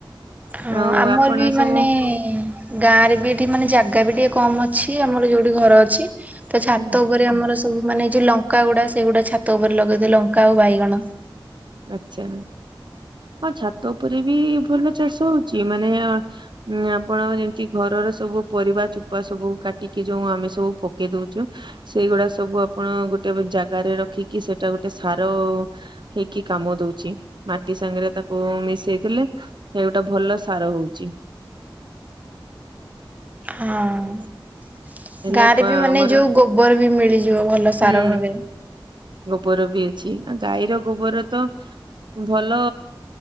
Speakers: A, on the right; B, on the right.
A: ହଁ
B: ଆଉ
A: ଆମର
B: ଆପଣ
A: ବି
B: ସବୁ
A: ମାନେ ଗାଁରେ ବି ଏଠି ମାନେ ଜାଗା ବି ଟିକେ କମ୍ ଅଛି ଆମର ଯୋଉଠି ଘର ଅଛି। ତ ଛାତ
B: ହୁଁ
A: ଉପରେ ଆମର ସବୁ ମାନେ ଯୋଉ ଲଙ୍କାଗୁଡା ସେଇଗୁଡା ଛାତ ଉପରେ ଲଗେଇ ଦିଏ ଲଙ୍କା ଆଉ ବାଇଗଣ।
B: ଆଚ୍ଛା ହଁ ଛାତ ଉପରେ ବି ଭଲ ଚାଷ ହଉଚି ମାନେ ହଁ ଆପଣ ଯେମିତି ଘରର ସବୁ ପରିବା ଚୁପା ସବୁ କାଟିକି ଯୋଉ ଆମେ ସବୁ ପକେଇ ଦଉଚୁ। ସେଇଗୁଡା ସବୁ ଆପଣ ଗୋଟେ ବ ଜାଗରେ ରଖିକି ସେଇଟା ଗୋଟେ ସାର ହେଇ କି କାମ ଦଉଚି। ମାଟି ସାଙ୍ଗରେ ତାକୁ ମିଶେଇ ଦେଲେ ସେ ଗୋଟେ ଭଲ ସାର ହଉଚି।
A: ହାଁ।
B: ହେଲେ
A: ଗାଁ
B: ପ
A: ରେ ବି ମାନେ
B: ଆମର
A: ଯୋଉ ଗୋବର ବି ମିଳିଯିବ ଭଲ ସାର
B: ହୁଁ
A: ଭାବେ।
B: ଗୋବର ବି ଅଛି ଆ ଗାଈର ଗୋବର ତ ଭଲ